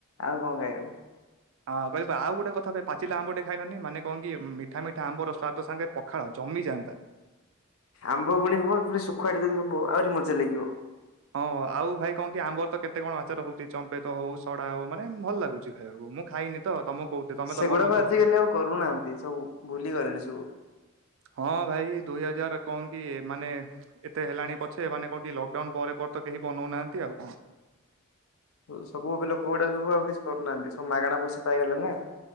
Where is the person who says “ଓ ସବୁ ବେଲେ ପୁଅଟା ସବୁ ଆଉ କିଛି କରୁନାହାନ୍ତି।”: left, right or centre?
Left